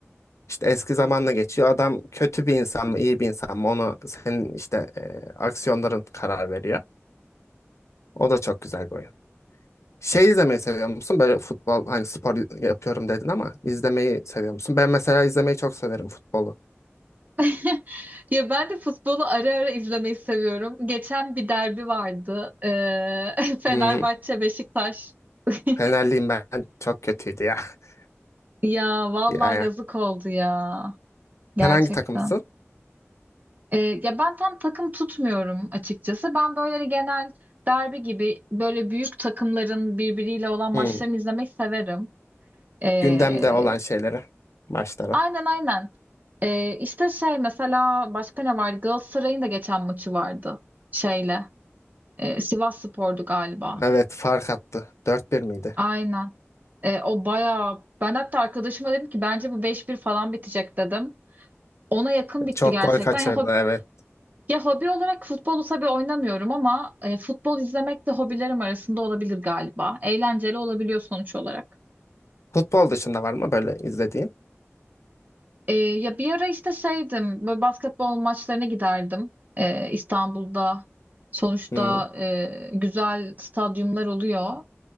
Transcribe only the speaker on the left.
İşte eski zamanla geçiyor. Adam kötü bir insan mı iyi bir insan mı onu senin işte e, aksiyonların karar veriyor. O da çok güzel bir oyun. Şey izlemeyi seviyor musun? Böyle futbol hani spor yapıyorum dedin ama izlemeyi seviyor musun? Ben mesela izlemeyi çok severim futbolu.
Hmm,
Fenerliyim ben. Çok kötüydü ya. <laughs>
Ya ya.
Sen hangi takımsın?
Hmm,
Gündemde olan şeyleri. Maçları.
Evet fark attı. Dört bir miydi?
Çok
gol kaçırdı
evet.
Futbol dışında var mı böyle izlediğin?
Hmm,